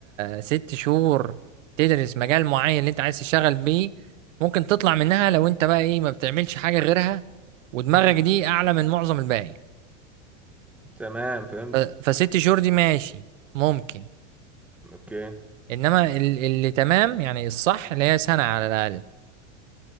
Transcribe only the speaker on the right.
ست شهور تدرس مجال معين اللي انت عايز تشتغل بيه ممكن تطلع منها لو انت بقى ايه ما بتعملش حاجة غيرها ودماغك
دي اعلى من معظم الباقي
ف- فست شهور دي ماشي ممكن
انما ال- اللي تمام يعني الصح اللي هي سنة على الاقل